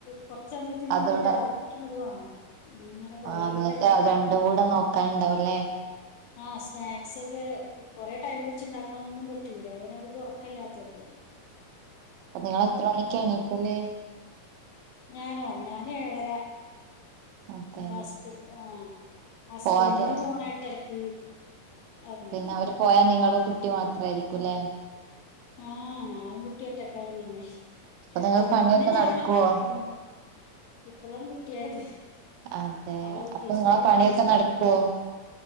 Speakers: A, on the left; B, on the right.
A: കുറച്ചെ സമയത്തിന്റുള്ളിൽ
B: അതോടെ
A: ആയി കിട്ടണത് വാണം. ഇങ്ങനെ കൊറെ
B: ആ എന്നിട്ട്
A: ടൈം പിടിക്കണൊ?
B: അത് രണ്ടും കൂടെ നോക്കാനുണ്ടാവുംല്ലേ
A: ആഹ സ്നാക്സ് ഒക്കെ കുറെ ടൈം പിടിച്ച്ണ്ടാക്കണൊന്നും പറ്റൂല ഓനധികം ഉറക്കല്ലാത്തോണ്ട്.
B: അപ്പൊ നിങ്ങൾ എത്ര മണിക്കാ എണീക്കല്?
A: ഞാനോ ഞാന് ഏഴര
B: അതെ
A: ഹസ്ബൻഡ് ന്റെ ആഹ. ഹസ്ബൻഡ്ന്
B: പോവാതെ
A: പോണം എട്ടരക്ക്. അങ്ങനെ
B: പിന്നെ അവര് പോയാ നിങ്ങളും കുട്ടിം മാത്രായിരിക്കും ലെ.
A: ആഹ ഞാനും കുട്ടിം ഒറ്റക്കാണ് പിന്നെ
B: അപ്പൊ നിങ്ങൾ
A: അതിന്
B: പണിയൊക്കെ
A: മുന്നേ ഞാനും
B: നടക്കുവോ
A: ഒറ്റക്കായിരുന്നു. ഇപ്പളാണ് കുട്ടിയായത്
B: അതെ
A: അവള് എൽ.
B: അപ്പൊ
A: കെ. ജി
B: നിങ്ങളെ
A: എൽ.
B: പണിയൊക്കെ
A: കെ. ജി തു
B: നടക്കുവോ